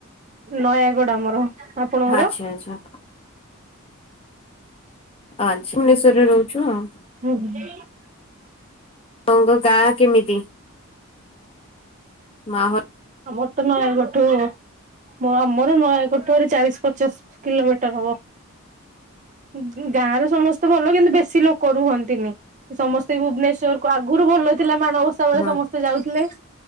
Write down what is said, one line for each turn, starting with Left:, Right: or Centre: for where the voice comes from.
Right: ନୟାଗଡ଼ ଆମର। ଆପଣଙ୍କର?
Left: ଆଚ୍ଛା ଆଚ୍ଛା। ଆଚ୍ଛା। ଭୁବନେଶ୍ଵରରେ ରହୁଛୁ ଆଉ।
Right: ହୁଁ ହୁଁ।
Left: ଆପଣଙ୍କ ଗାଁ କେମିତି? ମାହୋ
Right: ଆମରତ ନୟାଗଡ଼ ଠୁ ମୋର ଆମର ନୟାଗଡ଼ଠାରୁ ଚାଳିଶ ପଚାଶ କିଲୋମିଟର ହବ। ଗ୍ ଗ୍ ଗାଁର ସମସ୍ତ ତ ଭଲ କିନ୍ତୁ ବେଶୀ ଲୋକ ରୁହନ୍ତିନି। ସମସ୍ତେ ଭୁବନେଶ୍ଵର କୁ ଆଗରୁ ଭଲ ଥିଲା ମାଣବ ବସା ବେଳେ
Left: ହୁଁ
Right: ସମସ୍ତେ ଯାଉଥିଲେ।